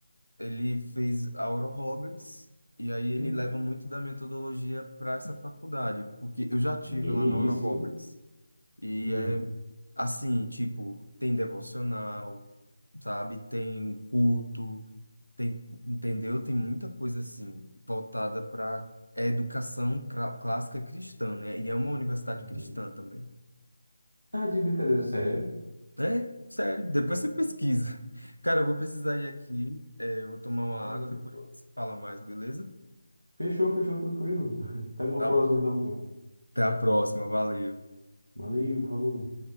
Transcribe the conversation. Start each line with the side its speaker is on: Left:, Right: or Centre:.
Left: Ele fez Oral Roberts e aí ele
Right: Hum,
Left: leva muito da metodologia para essa faculdade, porque eu já tive
Right: que
Left: lá na Oral
Right: isso,
Left: Roberts
Right: hein?
Left: e
Right: Hum.
Left: é assim, tipo, tem devocional, sabe? Tem culto, tem, entendeu? Tem muita coisa assim voltada para educação cra- clássica cristã, né? E é uma universidade
Right: Uhum.
Left: cristã também.
Right: Tá de brincadeira, sério?
Left: É, sério, depois você pesquisa. Cara, eu vou precisar ir aqui, é, eu vou tomar uma
Right: Caramba.
Left: água, depois a gente se fala mais, beleza?
Right: Fechou, fechou, tranquilo. <laughs> Até uma
Left: Tá
Right: próxima, então. mano.
Left: Até a próxima, valeu.
Right: Valeu, falou.